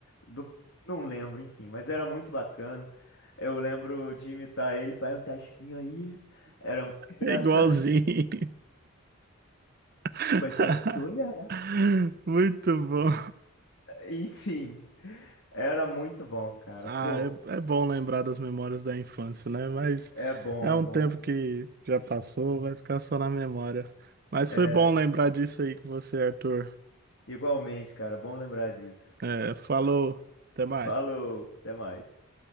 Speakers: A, on the left; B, on the right.
A: Do... Não lembro, enfim, mas era muito bacana. Eu lembro de imitar ele, vai o Tasquinho aí. Era muito <laughs> engraçado.
B: É igualzinho. <laughs>
A: Vai se apaixonar.
B: Muito bom.
A: Enfim, era muito bom, cara.
B: Ah,
A: Pô,
B: é, é bom lembrar das memórias da infância, né? Mas
A: é bom,
B: é um
A: é bom.
B: tempo que já passou, vai ficar só na memória. Mas
A: É,
B: foi bom lembrar disso aí com você, Arthur.
A: igualmente, cara, bom lembrar disso.
B: É, falou, até mais.
A: Falou, até mais.